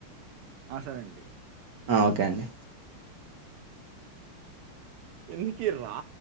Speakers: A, on the right (about 85°); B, on the right (about 60°).
A: అ సరేండి.
B: అ ఒకే అండి.
A: ఎందుకీర్రా